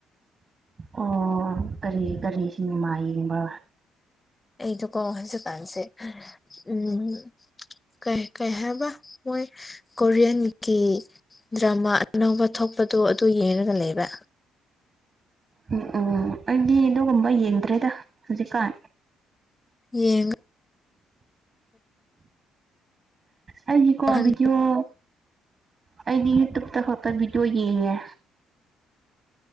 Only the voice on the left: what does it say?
ꯑꯩꯗꯨ ꯀꯣ ꯍꯧꯖꯤꯛꯀꯥꯟꯁꯦ ꯎꯝ ꯀꯩ ꯀꯩ ꯍꯥꯏꯕ ꯃꯣꯏ ꯀꯣꯔꯤꯌꯥꯟꯀꯤ ꯗ꯭ꯔꯃꯥ ꯑꯅꯧꯕ ꯊꯣꯛꯄꯗꯣ ꯑꯗꯨ ꯌꯦꯡꯉꯒ ꯂꯩꯕ
ꯌꯦꯡ
ꯎꯝꯍꯝ